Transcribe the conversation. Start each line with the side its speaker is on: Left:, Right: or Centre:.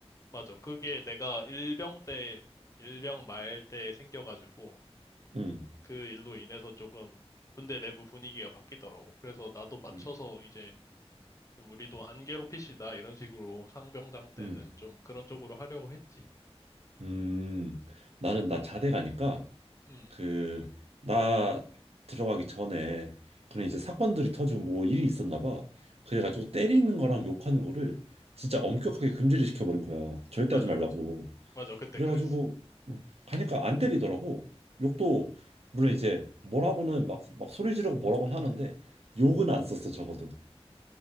Left: 맞아. 그게 내가 일병 때, 일병 말 때 생겨가지고,
Right: 응,
Left: 그 일로 인해서 조금 군대 내부 분위기가 바뀌더라고. 그래서 나도 맞춰서
Right: 응,
Left: 이제 좀 우리도 안 괴롭히시다, 이런 식으로 상병장 때는
Right: 응.
Left: 좀 그런 쪽으로 하려고 했지.
Right: 음, 나는 나 자대 가니까,
Left: 음
Right: 그, 나 들어가기 전에, 그런 이제 사건들이 터지고 뭐 일이 있었나 봐. 그래가지고 때리는 거랑 욕하는 거를 진짜 엄격하게 금지를 시켜버린 거야. 절대
Left: 맞아,
Right: 하지 말라고.
Left: 맞아. 맞아, 그때
Right: 그래가지고
Left: 그랬어.
Right: 어, 가니까 안 때리더라고. 욕도 물론 이제 뭐라고는 막 막 소리 지르고 뭐라고는 하는데 욕은 안 썼어 적어도.